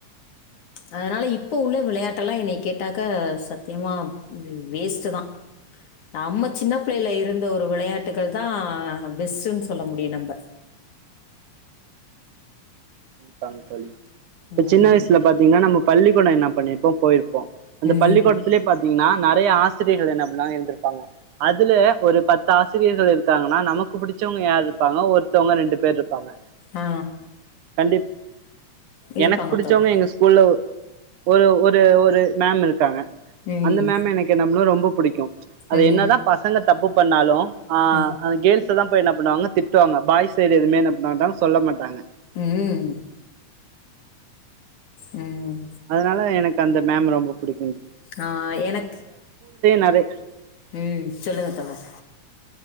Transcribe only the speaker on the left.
அதனால இப்ப உள்ள விளையாட்டலா என்னைய கேட்டாக்க சத்தியமா வேஸ்ட்டுதா நம்மத் சின்ன
பிள்ளையில இருந்த
ஒரு விளையாட்டுக்கள் தா ஆ பெஸ்டுன் சொல்ல முடியு நம்ப
ம்.
ம்.
ஆ
இருப்பாங்க
தோழர்.
ம்.
ம்.
ம்.
ம் ம்
ஆ எனக்கு
ம் சொல்லுங்க தோழர்